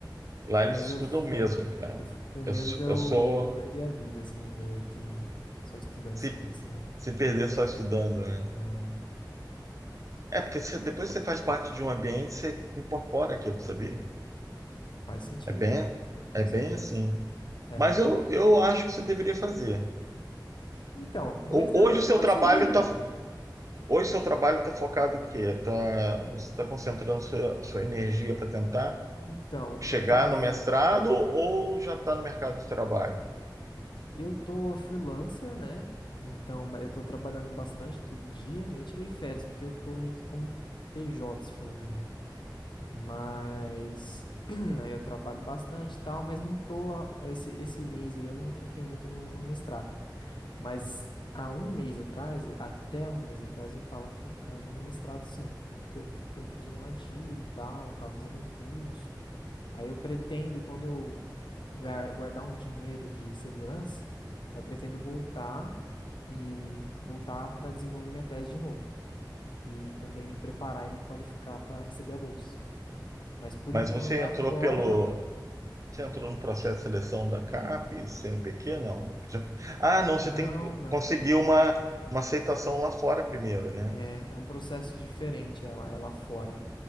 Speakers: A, on the right; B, on the left.
A: Lá eles
B: mas
A: estudam
B: eu, f-
A: mesmo, cara.
B: eu fico com medo
A: Eu, sou-
B: de eu
A: eu sou.
B: perder a vida, assim, meio que só estudando,
A: Se,
B: estudando, estudando.
A: se perder só estudando, né?
B: É,
A: É porque você- depois que você faz parte de um ambiente, você incorpora aquilo, sabia?
B: faz sentido,
A: É bem,
B: com
A: é bem
B: certeza.
A: assim.
B: É.
A: Mas eu, eu acho que você deveria fazer.
B: Então, dois
A: Ho-
B: anos
A: Hoje
B: acho
A: o seu
B: que
A: trabalho
B: eu sobrevivo.
A: está hoje o seu trabalho tá focado em quê? Tá, você está concentrando sua, sua energia para tentar
B: Então,
A: chegar
B: eu tava.
A: no
B: f-
A: mestrado ou já está no mercado de trabalho?
B: Eu tô freelancer, né? Então, ma- eu tô trabalhando bastante todo dia. Nem tirei férias, porque eu tô meio que como PJ, se for ver, né? Mas <clears throat> aí eu trabalho bastante e tal, mas não tô. Esse, esse mês aí eu não foquei muito no, no mestrado. Mas há um mês atrás, até um mês atrás, eu tava focando no mestrado sim. Tanto que eu, f- eu fiz um artigo e tal, eu tava fazendo um curso. Aí eu pretendo, quando eu guar- guardar um dinheiro de segurança, aí eu pretendo voltar e voltar para desenvolver minha tese de novo. E também me preparar e me qualificar para receber a bolsa. Mas por
A: Mas
B: enquanto,
A: você
B: agora
A: entrou pelo
B: não.
A: você entrou no processo de seleção da CAP, CNPq, não? Já- ah, não,
B: Não,
A: você tem que
B: não.
A: conseguir uma, uma aceitação lá fora primeiro, né?
B: É, é um processo diferente, ela, é lá fora.